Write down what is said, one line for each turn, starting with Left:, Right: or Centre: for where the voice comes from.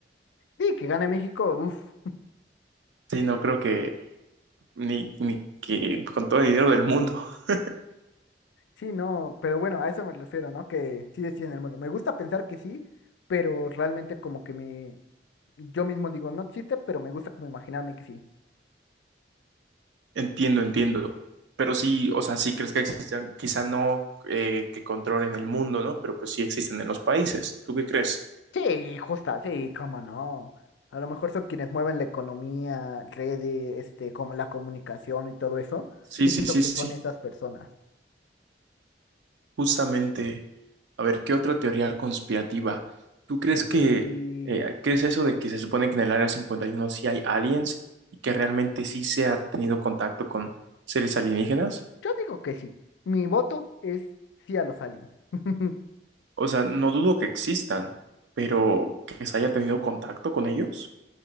Left: Sí, que gane México, uff.
Right: Sí, no creo que ni, ni que con todo el dinero del mundo. <laughs>
Left: Sí, no, pero bueno, a eso me refiero, ¿no? Que sí deciden el mundo. Me gusta pensar que sí, pero realmente como que me, yo mismo digo, no existe, pero me gusta como imaginarme que sí.
Right: Entiendo, entiendo. Pero sí, o sea, sí crees que existan, quizá no eh, que controlen el mundo, ¿no? Pero pues sí existen en los países. ¿Tú qué crees?
Left: Sí, justa, sí, cómo no. A lo mejor son quienes mueven la economía, redes, este, como la comunicación y todo eso.
Right: Sí,
Left: Yo
Right: sí,
Left: siento
Right: sí,
Left: que
Right: sí.
Left: son esas personas.
Right: Justamente, a ver, ¿qué otra teoría conspirativa? ¿Tú crees
Left: Eh,
Right: que, eh,
Left: eh,
Right: crees eso de que se supone que en el Área 51 sí hay aliens y que realmente sí se ha tenido contacto con seres alienígenas?
Left: yo digo que sí. Mi voto es sí a los aliens. <laughs>
Right: O sea, no dudo que existan, pero que se haya tenido contacto con ellos.